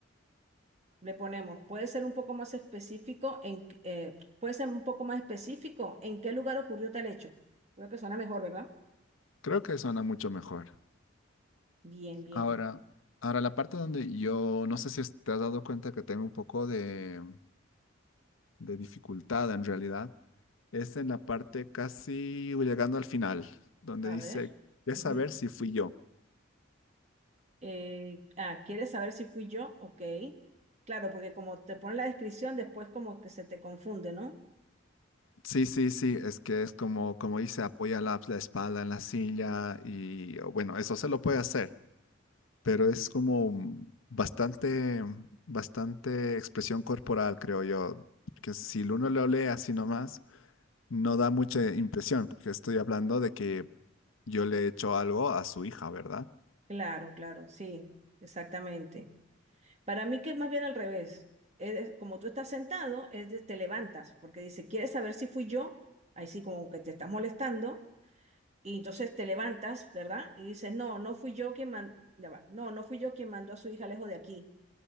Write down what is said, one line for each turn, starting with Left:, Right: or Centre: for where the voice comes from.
Right: Le ponemos, puede ser un poco más específico en, qué- eh, puede ser un poco más específico en qué lugar ocurrió tal hecho. Creo que suena mejor, ¿verdad?
Left: Creo que suena mucho mejor.
Right: Bien, bien.
Left: Ahora, ahora la parte donde yo no sé si es- te has dado cuenta que tengo un poco de, de dificultad en realidad, es en la parte casi llegando al final, donde
Right: A
Left: dice,
Right: ver.
Left: ¿qué
Right: Ujú.
Left: saber si fui yo?
Right: Eh, ah, ¿quieres saber si fui yo? Ok. Claro, porque como te pone la descripción, después como que se te confunde, ¿no?
Left: Sí, sí, sí, es que es como, como dice, apoya la, la espalda en la silla y o bueno, eso se lo puede hacer. pero es como bastante, bastante expresión corporal, creo yo, que si uno lo lee así nomás, no da mucha impresión, porque estoy hablando de que yo le he hecho algo a su hija, ¿verdad?
Right: Claro, claro, sí, exactamente. Para mí que es más bien al revés. Es- como tú estás sentado, es de- te levantas, porque dice, ¿quieres saber si fui yo? Ahí sí como que te está molestando, y entonces te levantas, ¿verdad? Y dices, no, no fui yo quien mandó, ya va, no, no fui yo quien mandó a su hija lejos de aquí,